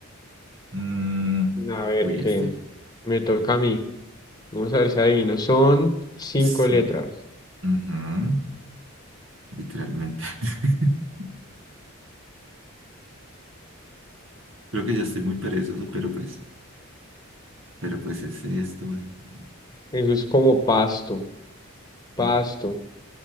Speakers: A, on the right; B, on the left.
A: Mm,
B: A ver,
A: uy,
B: ¿qué?
A: este.
B: Me toca a mí. Vamos a ver si adivino. Son cinco
A: Son-
B: letras.
A: ujú, Literalmente. <laughs> Creo que ya estoy muy perezoso, pero pues, pero pues es esto, básicamente.
B: Eso es como pasto. Pasto.
A: Mm,